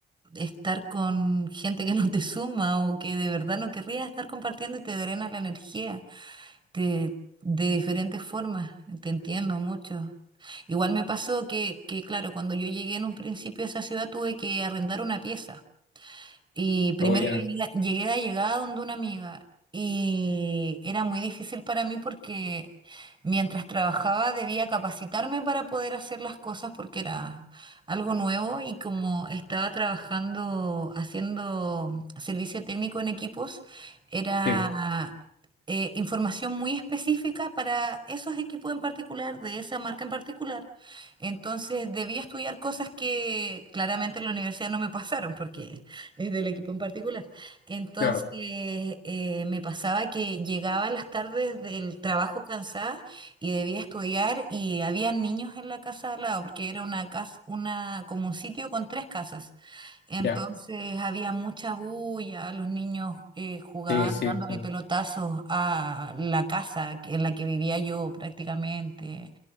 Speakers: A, on the right; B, on the left.
A: estar con gente que no te suma o que de verdad no querrías estar compartiendo y te drena la energía te- de diferentes formas. Te entiendo mucho. Igual me pasó que, que, claro, cuando yo llegué en un principio a esa ciudad tuve que arrendar una pieza. Y primero
B: Luego ya,
A: llegué, llegué de llegada donde una amiga y era muy difícil para mí porque mientras trabajaba debía capacitarme para poder hacer las cosas porque era algo nuevo y como estaba trabajando haciendo servicio técnico en equipos, era
B: sí,
A: eh, información muy específica para esos equipos en particular, de esa marca en particular. Entonces debía estudiar cosas que claramente en la universidad no me pasaron porque es del equipo en particular. Entonces,
B: claro,
A: eh, me pasaba que llegaba a las tardes del trabajo cansada y debía estudiar y había niños en la casa de al lado, porque era una casa, una, como un sitio con tres casas. Entonces
B: ya,
A: había mucha bulla, los niños eh, jugaban
B: sí, sí,
A: dándole
B: sí,
A: pelotazos a la casa que- en la que vivía yo prácticamente.